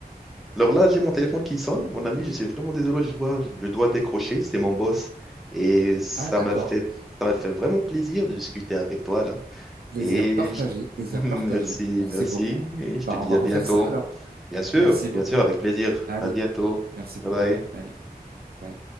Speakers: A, in the centre; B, on the right (about 70°).
A: Alors là, j'ai mon téléphone qui sonne. Mon ami, je suis vraiment désolé, je vois, je dois décrocher. C'est mon boss. Et ça
B: Ah, d'accord.
A: m'a fait, ça m'a fait vraiment plaisir de discuter avec toi, là.
B: Plaisir
A: Et
B: partagé,
A: je-
B: plaisir
A: <laughs>
B: partagé.
A: merci,
B: Merci
A: merci.
B: beaucoup.
A: Et je
B: Bah,
A: te dis
B: on va
A: à
B: refaire
A: bientôt.
B: ça alors.
A: Bien sûr,
B: Merci
A: bien
B: beaucoup.
A: sûr, avec plaisir.
B: Allez.
A: À bientôt.
B: Merci beaucoup.
A: Bye bye.
B: Allez, bye.